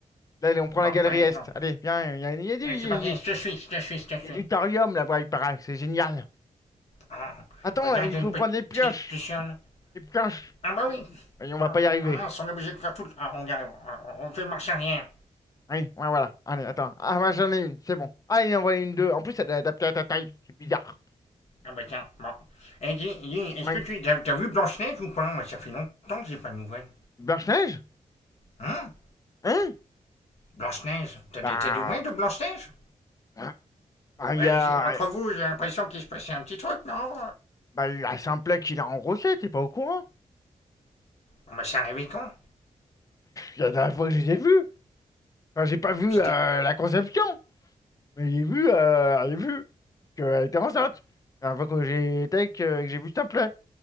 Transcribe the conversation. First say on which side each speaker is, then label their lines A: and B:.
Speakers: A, on the left (about 25°); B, on the left (about 55°).
A: Là, allez, on prend
B: Bon,
A: la galerie
B: bah d'accord.
A: Est. Allez, viens, il y a, il y a du, il
B: c'est
A: y
B: parti,
A: a- il
B: je
A: y a-
B: te suis, je te suis, je te suis.
A: du thorium là-bas, il paraît. C'est génial.
B: Oh,
A: Attends,
B: regarde,
A: il
B: il y a
A: faut
B: une petite
A: prendre les pioches.
B: luciole.
A: Les pioches.
B: Ah bah oui.
A: Et on
B: Ah
A: va pas y arriver.
B: ah mince, on est obligé de faire tout. le- Ah, on Ah, on fait marche arrière.
A: Oui, ouais, voilà. Allez, attends. Ah, moi j'en ai une, c'est bon. Ah, il en envoie une deux. En plus, elle est adaptée à ta taille. C'est bizarre.
B: Ah bah tiens, bon. Eh, dis, dis, est-ce
A: Oui.
B: que tu as vu Blanche-Neige ou pas Moi, ça fait longtemps que j'ai pas de nouvelles.
A: Blanche-Neige?
B: Hein
A: Hein?
B: Blanche-Neige T'as
A: Bah,
B: des, t'as des nouvelles de Blanche-Neige
A: hein, bah, il
B: Bah,
A: y a,
B: entre vous, j'ai l'impression qu'il se passait un petit truc, non
A: bah, il y a Simplet qui l'a engrossé, t'es pas au courant?
B: Bon, bah, c'est arrivé quand
A: Il y a la dernière fois que je les ai vus. Enfin, j'ai pas vu
B: C'était...
A: euh, la conception, mais j'ai vu, euh, j'ai vu qu'elle était enceinte. La dernière fois que j'ai été, que, que j'ai vu Simplet.